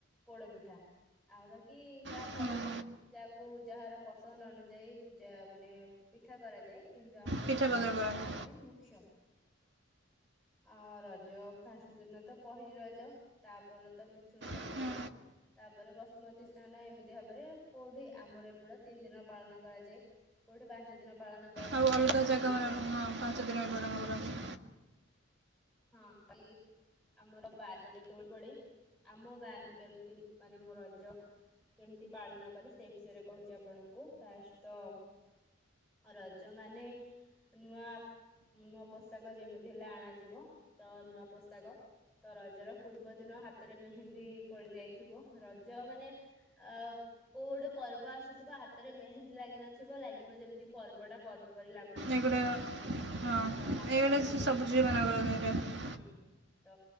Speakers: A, in the centre; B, on the right.
A: ପୋଡପିଠା ଆଉ ବାକି କାହା
B: ହୁଁ
A: ଘରେ ଯାହାକୁ ଯାହାର ପସନ୍ଦ ଅନୁଯାୟୀ ପୂଜା ମାନେ ପିଠା କରାଯାଏ। କିନ୍ତୁ ଆମର
B: ପିଠାପତ୍ର
A: ପୋଡପିଠାଟା
B: କରନ୍ତି
A: ହଉଛି ମୁଖ୍ୟ। ଅ ରଜ ଫାଷ୍ଟଦିନ ତ ପହିଲି ରଜ। ତାପରେ ତ ମିଥୁନ ସଂକ୍ରାନ୍ତି।
B: ହୁଁ
A: ତାପରେ ବସୁମତୀ ସ୍ନାନ ଏମିତି ଭାବରେ କୋଉଠି ଆମର ଏଗୁଡା ତିନି ଦିନ ପାଳନ କରାଯାଏ। କୋଉଠି ପାଞ୍ଚ ଦିନ ପାଳନ କରନ୍ତି
B: ଆଉ ଅଲଗା
A: ଏମିତି
B: ଜାଗା
A: କି
B: ମ ହଁ ପାଞ୍ଚ ଦିନ <unintelligible> କରନ୍ତି
A: ହଁ। <unintelligible> ଆମର ବାର ଗଟେ ଦୋଳି ପଡେ ଆମ ଗାଁରେ କେମିତି ମାନେ ମୋ ରଜ କେମିତି ପାଳନ କଲି ସେ ବିଷୟରେ କହୁଛି ଆପଣଙ୍କୁ ଫାଷ୍ଟ ତ ରଜ ମାନେ ନୂଆ ନୂଆ ପୋଷାକ ଯେମିତି ହେଲେ ଆଣାଯିବ ତ ନୂଆ ପୋଶାକ। ତ ରଜର ପୂର୍ବଦିନ ହାତରେ ମେହେନ୍ଦି ପଡି ଯାଇଥିବ। ରଜ ମାନେ ଅ କୋଉ ଗୋଟେ ପର୍ବ ଆସୁଥିବ ହାତରେ ମେହେନ୍ଦୀ ଲାଗିିନଥିବ ଲାଗିବ ଯେମିତି ପର୍ବଟା ପର୍ବପରି ଲାଗୁନଥିବ
B: ଏଗୁଡ଼ା
A: ତ
B: ହଁ
A: ତ ହାତରେ
B: ଏଇଗୁଡ଼ା
A: ମେହେନ୍ଦୀ
B: <unintelligible>
A: ହୁଁ। ତ